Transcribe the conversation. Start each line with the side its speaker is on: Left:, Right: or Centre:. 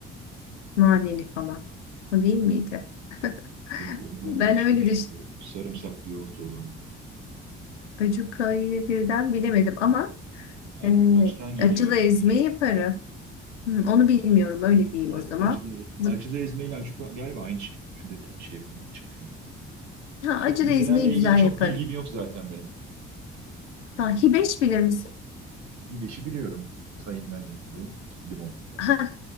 Left: Naneli falan. O değil miydi? <laughs>
Right: Yok onun
Left: Ben
Right: adı başka
Left: öyle
Right: bir
Left: düş.
Right: şey. O Sarımsaklı yoğurt olanı.
Left: Acuka'yı birden bilemedim ama
Right: A-
Left: e,
Right: Acıdan geliyor
Left: acılı
Right: işte
Left: ezme
Right: acuk.
Left: yaparım. Hı, onu bilmiyorum
Right: Acılı,
Left: öyle diyeyim
Right: a-
Left: o zaman.
Right: acılı, ez-
Left: Z-
Right: acılı ezme ile acuka galiba aynı şey. Ben de tam şey yapamadım, çıkaramadım.
Left: Ha,
Right: Çok
Left: acılı
Right: mezelerle
Left: ezmeyi güzel
Right: ilgili çok
Left: yaparım.
Right: bilgim yok zaten benim.
Left: Ha, hibeş bilir misin? <laughs>
Right: Hibeşi biliyorum. Tayından yapılıyor. Limon falan.
Left: Ha,